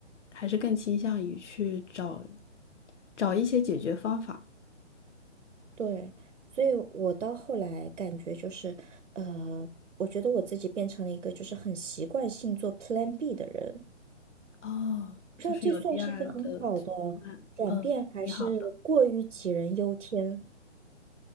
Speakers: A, on the left; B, on the right.
A: 还是更倾向于去找找一些解决方法。
B: 对，所以我到后来感觉就是，呃，我觉得我自己变成了一个就是很习惯性做 Plan B 的人，
A: 哦，
B: 不知道这算是一个很好的
A: 就是有第二的方案，
B: 转变，
A: 嗯，
B: 还是过于杞人忧天。
A: 挺好的。